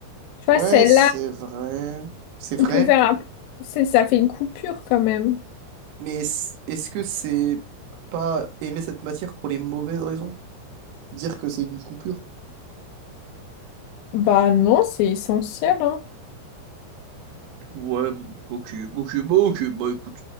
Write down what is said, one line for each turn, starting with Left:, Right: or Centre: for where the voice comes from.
Left: Tu vois,
Right: Ouais,
Left: celle-là,
Right: c'est vrai. C'est vrai.
Left: on peut faire un... c'est- Ça fait une coupure quand même.
Right: Mais est- est-ce que c'est pas aimer cette matière pour les mauvaises raisons? Dire que c'est une coupure?
Left: Bah non, c'est essentiel, hein.
Right: Ouais, ok, ok, bon, ok, bah écoute.